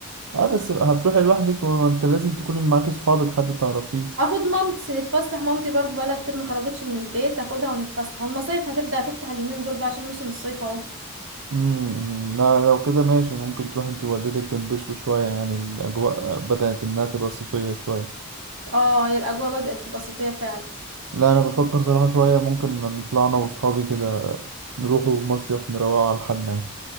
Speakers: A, on the right; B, on the right.
A: اه بس هتروحي لوحدك ما انت لازم تكوني معاكي صحابك حد تعرفيه
B: اخد مامتي نتفسح مامتي برضو بقالها كتير ما خرجتش من البيت اخدها ونتفسح والمصايف هتبدأ تفتح اليومين دول بقى عشان موسم الصيف اهو
A: امم لا لو كده ماشي ممكن تروح انت ووالدتك تنبسطوا شويه يعني الاجواء بدات انها تبقى صيفيه شويه
B: اه يا الاجواء بدأت تبقى صيفية فعلا
A: لا انا بفكر صراحه شويه ممكن نطلع انا وصحابي كده نروحوا مصيف نروقوا على حالنا يعني.